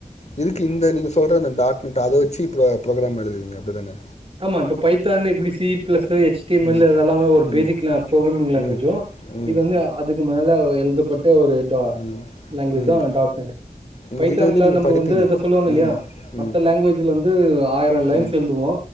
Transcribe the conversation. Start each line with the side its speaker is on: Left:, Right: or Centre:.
Left: இதுக்கு இந்த நீங்க சொல்ற இந்த டாட் நெட் அத வெச்சு இப்ப புரோகுராம் எழுதுவீங்க அப்டிதான
Right: ஆமா இப்ப பைத் தானு எப்டி C plus S T M L
Left: ம்
Right: அதெல்லாமே ஒரு பேசிக்
Left: ம்
Right: லெவல் புரோகுராம் இல்லையாங்க
Left: ம் ம்
Right: ஜோ
Left: ம்
Right: இது வந்து அதுக்கு மேல எழுதப்பட் இந்த ஒரு டா
Left: ம்
Right: லேங்குவேஜ்தா
Left: ம்
Right: டாட் நெட்
Left: ம்
Right: பைத்தான்ல
Left: இது வந்து நீங்க
Right: நம்ப
Left: படிப்பீங்க
Right: வந்து இத சொல்லுவாங்க இல்லையா
Left: ம்
Right: மத்த
Left: ம்
Right: லாங் வேஜ்ல வந்து ஆயிரோ லைன்ஸ்
Left: ம்
Right: எழுதுவோ